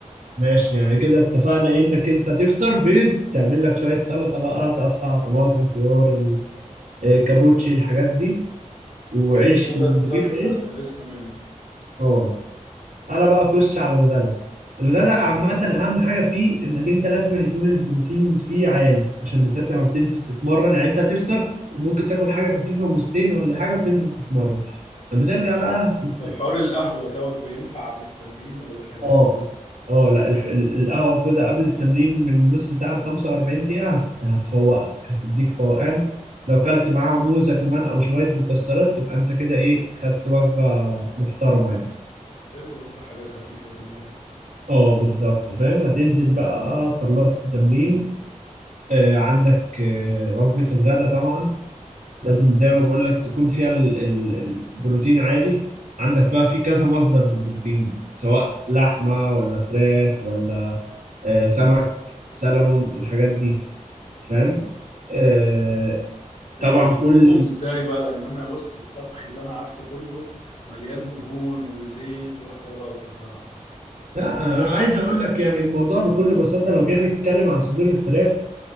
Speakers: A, on the right (about 85°); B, on the left (about 60°).
A: ماشي يعني كده اتفقنا ايه انك انت تفطر بيض تعمل لك شوية سلطة بقى تقطع طماطم خيار ال- آه، كابوتشي الحاجات دي وعيش
B: حلو كده
A: ورغيف
B: الفطار
A: عيش
B: آه، خلصنا منه
A: اه تعالى بقى اخش على الغدا الغدا عامة أهم حاجة فيه إنك أنت لازم يكون البروتين فيه عالي عشان بالذات لما بتنزل تتمرن يعني أنت هتفطر ممكن تاكل حاجة خفيفة ومستين ولا حاجة وتنزل تتمرن لما ترجع
B: طب
A: بقى في
B: طب حوار القهوه دوت بينفع قبل التمرين ولا ده كلام
A: اه اه لا الف... ال- القهوة خدها قبل التمرين من نص ساعة ل 45 دقيقة هت... هتفوقك هتديك فوقان لو كلت معاها موزة كمان أو شوية مكسرات تبقى أنت كده إيه خدت وجبة محترمة يعني
B: حلو والله حاجات خفيفه كلها
A: اه بالظبط فاهم هتنزل بقى خلصت تمرين آه عندك آه وجبة الغداء طبعا لازم زي ما بقول لك تكون فيها ال- ال- البروتين عالي عندك بقى في كذا مصدر للبروتين سواء لحمة ولا فراخ ولا آه، سمك سلمون الحاجات دي فاهم آه، طبعا
B: حلو بتطبخهم
A: كل
B: ازاي بقى لان انا بص الطبخ اللي انا عارفه كله مليان دهون وزيت وحوارات بصراحة
A: لا انا عايز اقول لك يعني الموضوع بكل بساطه لو جينا نتكلم عن صدور الفراخ